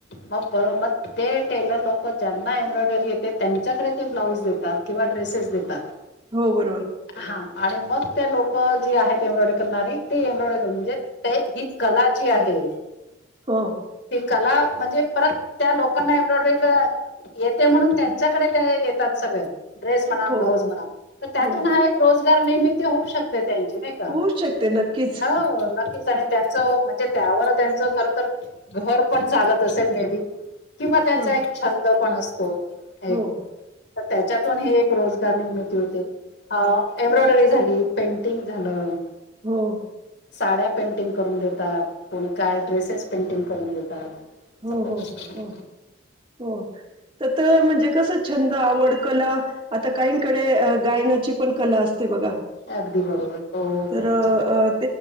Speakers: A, on the left; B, on the right.
A: मग बरो म ते टेलर लोक ज्यांना एम्ब्रॉयडरी येते त्यांच्याकडे ते ब्लाऊज देतात किंवा ड्रेसेस देतात
B: हो बरोबर
A: हा आणि मग त्या लोक जी आहेत एम्ब्रॉयडरी करणारी ती एम्ब्रॉयडरी कर म्हणजे ही कला आजीआहे
B: हा
A: कला म्हणजे परत त्या लोकांना एवढ येते म्हणून त्यांच्याकडे काय येतात सगळे ड्रेस म्हणा
B: हो,
A: ब्लाऊज म्हणा तर त्यातून
B: हो.
A: हा एक रोजगार निर्मिती होऊ शकते त्यांची नाही का
B: होऊ शकते नक्कीच,
A: हो नक्कीच आणि त्याच म्हणे त्यावर त्यांच खर तर घर पण चालत असेल मे बी किंवा त्याचा
B: हो
A: एक छंद पण असतो एक
B: हो
A: तर त्याच्यातून हे एक रोजगार निर्मिती होते एम्ब्रॉयडरी झाली पेंटिंग झालं
B: होा
A: साड्या पेंटिंग करून देतात कोणी काय ड्रेसेस पेंटिंग करून देतात असं
B: हो
A: खूप
B: हो
A: असतं
B: हो हो तर म्हणजे कस छंद आवड कला आता काहीकडे गायनाची पण कला अस ते बघा
A: हा अगदी बरोबर हो
B: तर
A: खूप छान